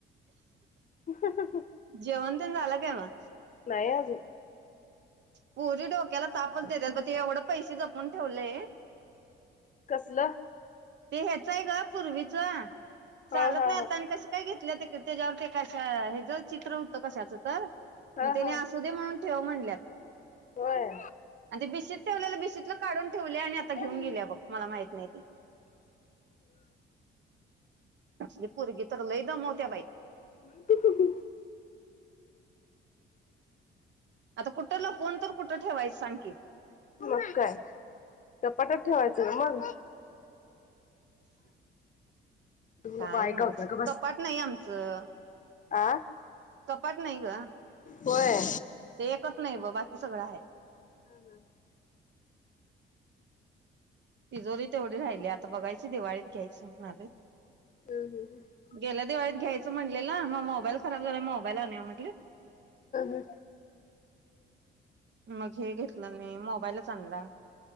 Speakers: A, on the left; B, on the right.
A: ह हा हा.
B: जेवण पण झालं काय मग.
A: नाही अजून.
B: पोरी डोक्याला तापच देतात ब ते एवढं पैसे जपून ठेवलेय
A: कसलं?
B: ते हे चर ग पूर्वीच चालत
A: हा हा
B: नाही
A: हा.
B: आत्ता आणि कशी काय घेतले ते त्याच्यावरती कश्या हेच चित्र होतं कशाचं तर,
A: हा
B: मग त्याने
A: हा
B: असू दे म्हणून ठेव म्हणल्यात.
A: होय.
B: आणि ते बिशीत ठेवलेलं, बिशीतल काढून ठेवल्या आणि आता घेऊन
A: हम्म
B: गेल्या बघ मला माहित नाही ते, असली पोरगी तर लई दमवत्या बाई,
A: <inaudible>
B: आता कुठ लपवून तर कुठं ठेवायचं सांग की,
A: मग काय? कपाटात ठेवायचं ग मग नको
B: काय
A: ऐकावत्या
B: न्हवचं,
A: गप बस
B: कपाट नाही आम आमचं
A: आ
B: कपाट नाही ग,
A: होय.
B: ते एकच नाही ब बाकी सगळं हाय.
A: ह हा.
B: तिजोरी तेवढी राहिल्या, आता बघायची दिवाळीत घ्यायची म्हणालोय.
A: हम्म हम्म हम्म.
B: गेल्या दिवाळीत घ्यायचं म्हणलेल, म मोबाईल खराब झालाय मोबाईल आणूया म्हटलीत.
A: हम्म
B: मग हे घेतलं मी मोबाईलचं आणला.